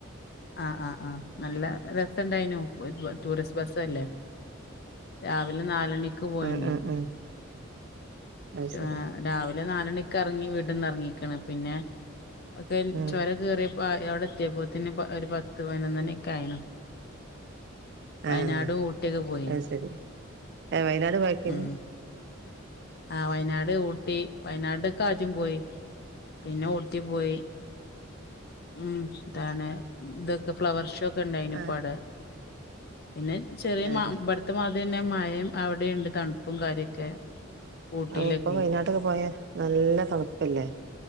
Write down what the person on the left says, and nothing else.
ആ ആ ആഹ് നല്ല രസണ്ടായിനു ടൂറിസ്റ്റ് ബസ് അല്ലേ രാവിലെ നാലണി ക്ക് പോയിന്
രാ
രാവിലെ നാലണി ക്കെറങ്ങി വീട്ടന്നെറങ്ങിക്ക്ണ് പിന്നെ ഒക്കെര്
ചൊരം കേറിയപ്പോ അവിടെ എത്തിയപ്പോത്തിന് ഒരു പത്ത് പയിനൊന്നണി ഒക്കെ ആയിണ് വയനാടും
ഊട്ടിയൊക്കെ പോയി
ഉം ആ വയനാട് ഊട്ടി വയനാട്ക്കാദ്യം പോയി പിന്നെ ഊട്ടി പോയി ഉം ഇതാണ് ഇതൊക്കെ ഫ്ലവർ ഷോ ഒക്കെ ഇണ്ടായ്നു ഇപ്പ
അവ്ടെ പിന്നെ ചെറിയ
മ ഇബടത്തെ മാതിയന്നെ മഴയും അവടീണ്ട് തണുപ്പും കാര്യൊക്കെ ഊട്ടിയിലൊക്കെ